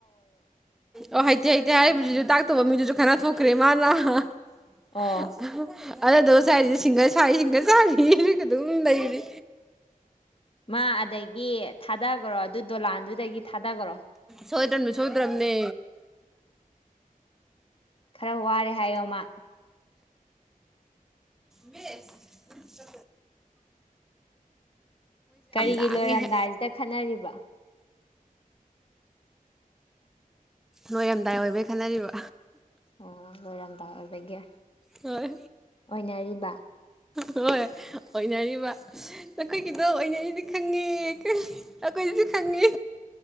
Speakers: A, in the centre; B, on the left.
A: ꯑꯣ ꯍꯩ ꯇꯦ ꯍꯩꯇꯦ ꯍꯥꯏꯔꯤꯕꯁꯤꯁꯨ ꯇꯥꯛꯇꯧꯕ ꯃꯤꯗꯨꯁꯨ ꯈꯠꯅ ꯊꯣꯛꯈ꯭ꯔꯦ ꯃꯥꯅ <inaudible>
B: ꯑꯣ
A: ꯑꯗꯨꯗꯣ ꯉꯁꯥꯏꯗꯤ ꯁꯤꯡꯒꯜ ꯁꯥꯏ ꯁꯤꯡꯒꯜ ꯁꯥꯔꯤ ꯑꯗꯨꯝ ꯂꯩꯔꯤ
B: ꯃꯥ ꯑꯗꯒꯤ ꯊꯥꯗꯈꯔꯣ ꯑꯗꯨ ꯗꯣꯂꯥꯟꯗꯨꯗꯒꯤ ꯊꯥꯗꯒꯔꯣ
A: ꯁꯣꯏꯗ꯭ꯔꯕꯅꯤ ꯁꯣꯏꯗ꯭ꯔꯕꯅꯦ
B: ꯈꯔ ꯋꯥꯔꯦ ꯍꯥꯏꯌꯣꯃ
A: ꯃꯤꯁ
B: ꯀꯔꯤꯒꯤ
A: ꯂꯥꯡꯉꯦꯍꯦ
B: ꯂꯣꯏꯔꯝꯗꯥꯏꯁꯤꯗ ꯈꯠꯅꯔꯤꯕ
A: ꯂꯣꯏꯔꯝꯗꯥꯏ ꯑꯣꯏꯕꯩ ꯈꯠꯅꯔꯤꯕ
B: ꯑꯣ ꯂꯣꯏꯔꯝꯗꯥꯏ ꯑꯣꯏꯕꯒꯤ
A: ꯍꯣꯏ
B: ꯑꯣꯏꯅꯔꯤꯕ
A: ꯍꯣꯏ ꯑꯣꯏꯅꯔꯤꯕ ꯅꯈꯣꯏꯒꯤꯗꯣ ꯑꯣꯏꯅꯔꯤꯅꯦ ꯈꯪꯉꯦ ꯑꯩꯈꯣꯏꯗꯁꯨ ꯈꯪꯉꯦ